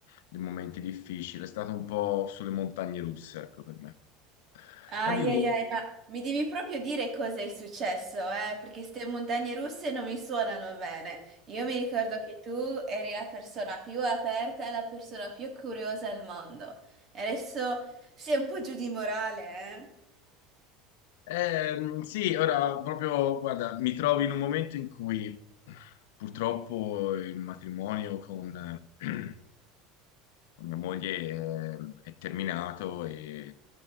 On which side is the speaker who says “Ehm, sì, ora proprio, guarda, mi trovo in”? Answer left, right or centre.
Left